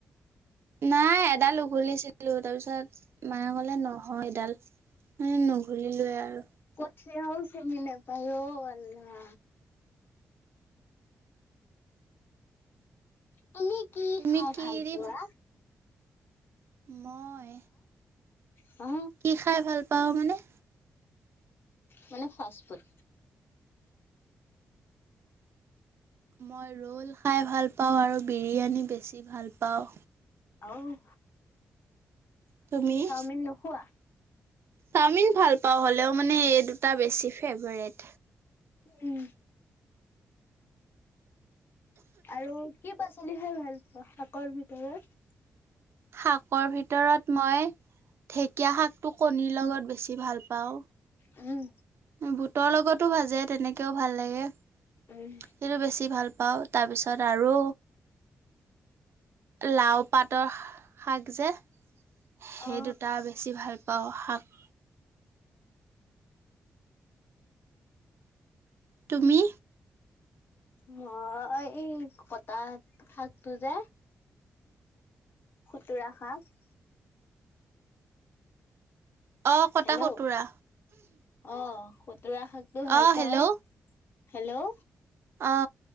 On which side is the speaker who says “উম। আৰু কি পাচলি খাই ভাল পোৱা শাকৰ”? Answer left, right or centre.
Left